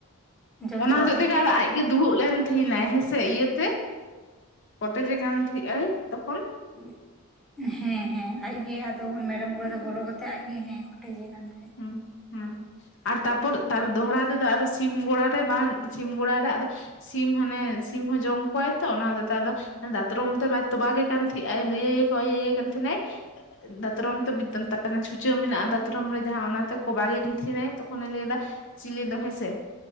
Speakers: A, in the centre; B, on the left.
A: ᱡᱚᱢ
B: ᱚᱱᱟ
A: ᱪᱟᱵᱟ
B: ᱦᱚᱛᱮᱡ
A: ᱠᱚᱛᱮ
B: ᱛᱮᱜᱮ ᱟᱫᱚ ᱟᱡ ᱜᱮ ᱫᱩᱲᱩᱵ ᱞᱮᱱ ᱛᱟᱸᱦᱮᱱᱟᱭ ᱦᱮᱸᱥᱮ ᱤᱭᱟᱹᱛᱮ ᱠᱚᱴᱮᱡᱮ ᱠᱟᱱ ᱛᱟᱦᱮᱸᱜ ᱟᱭ ᱛᱚᱠᱷᱚᱱ
A: ᱦᱩᱸ ᱦᱮᱸ ᱦᱮᱸ ᱟᱡᱜᱮ ᱟᱫᱚ ᱢᱮᱨᱚᱢ ᱜᱚᱲᱟ ᱨᱮ ᱵᱚᱞᱚ ᱠᱟᱛᱮᱜ ᱟᱡᱜᱮ ᱦᱮᱸ ᱠᱚᱴᱮᱡᱮ ᱠᱟᱱ ᱛᱟᱸᱦᱮᱜ
B: ᱦᱩᱸ
A: <inaudible>
B: ᱦᱩᱸ ᱟᱨ ᱛᱟᱨᱯᱚᱨ ᱫᱚᱦᱲᱟ ᱛᱮᱫᱚ ᱟᱨᱚ ᱥᱤᱢ ᱜᱚᱲᱟ ᱨᱮ ᱵᱟᱝ, ᱥᱤᱢ ᱜᱚᱲᱟ ᱨᱮ ᱟᱫᱚ ᱥᱤᱢ ᱦᱟᱱᱮ ᱥᱤᱢ ᱦᱚᱸ ᱡᱚᱢ ᱠᱚᱣᱟᱭ ᱛᱚ ᱚᱱᱟᱫᱚᱮᱛᱟᱨᱫᱚ <unintelligible> ᱫᱟᱛᱨᱚᱢ ᱛᱮ ᱵᱟᱭ ᱛᱚᱵᱟᱜᱮ ᱠᱟᱱ ᱛᱟᱦᱮᱜᱼᱟᱭ ᱫᱤᱭᱮᱭᱮ ᱠᱚᱭᱮᱭᱮ ᱠᱟᱱ ᱛᱷᱮᱱᱟᱭ᱾ ᱫᱟᱛᱨᱚᱢ ᱛᱮ <unintelligible> ᱪᱷᱩᱪᱟᱹ ᱢᱮᱱᱟᱜᱼᱟ ᱫᱟᱛᱨᱚᱢ ᱨᱮ ᱡᱟᱸᱦᱟᱸ ᱚᱱᱟᱛᱮ ᱠᱚᱵᱟᱜᱮ ᱠᱟᱱ ᱛᱟᱸᱦᱮᱱᱟᱭ ᱛᱚᱠᱷᱚᱱᱮ ᱞᱟᱹᱭ ᱮᱫᱟ ᱪᱤᱞᱤ ᱫᱚ ᱦᱮᱸᱥᱮ